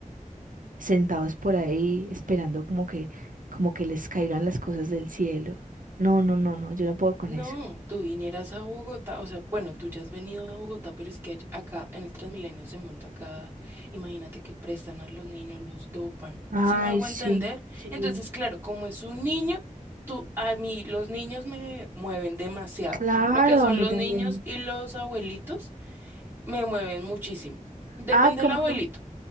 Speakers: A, on the right; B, on the right.
A: sentados por ahí, esperando como que, como que les caigan las cosas del cielo. No, no, no, no, yo no puedo con
B: No,
A: eso.
B: tú vinieras a Bogotá, o sea, bueno, tú ya has venido a Bogotá, pero es que ac- acá en el Transmilenio se monta acá, imagínate que prestan a los niños, los dopan,
A: Ay,
B: ¿sí me hago
A: sí,
B: entender?
A: sí.
B: Entonces, claro, como es un niño, tú, a mí los niños me mueven demasiado,
A: Claro,
B: lo que son
A: a mí
B: los
A: también.
B: niños y los abuelitos me mueven muchísimo, depende
A: Ah, como
B: del abuelito.
A: lo,